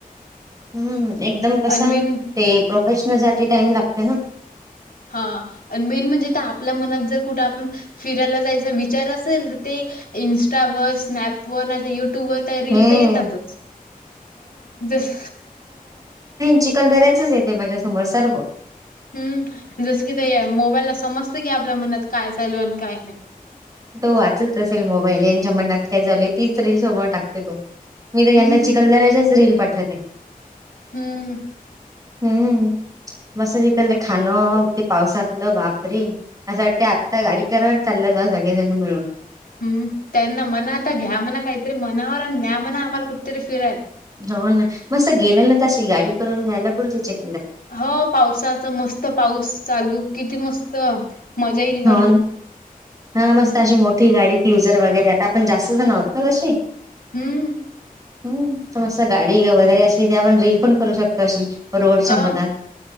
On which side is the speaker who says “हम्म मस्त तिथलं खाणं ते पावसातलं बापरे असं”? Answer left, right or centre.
Right